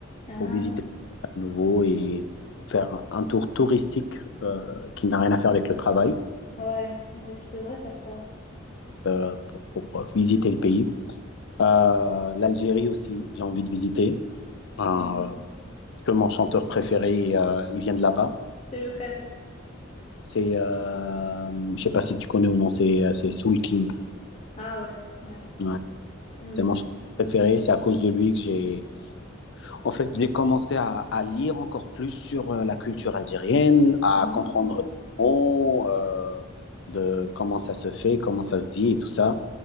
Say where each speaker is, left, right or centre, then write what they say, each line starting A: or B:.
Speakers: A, on the left (about 35°); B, on the left (about 65°).
A: Ah,
B: pour visiter à nouveau et faire un tour touristique euh, qui n'a rien à faire avec le travail
A: ouais, ouais, tu devrais faire ça.
B: euh, pour, pour visiter le pays. Euh, l'Algérie aussi, j'ai envie de visiter euh, parce
A: Mhm.
B: que mon chanteur préféré, euh, il vient de là-bas.
A: C'est lequel?
B: C'est, euh, je sais pas si tu connais ou non, c'est euh, c'est Soul King.
A: Ah ouais, ouais.
B: Ouais.
A: Mm.
B: C'est mon chanteur préféré. C'est à cause de lui que j'ai, en fait, j'ai commencé à, à lire encore plus sur euh, la culture algérienne, à
A: Mm.
B: comprendre des mots, euh, de comment ça se fait, comment ça se dit et tout ça.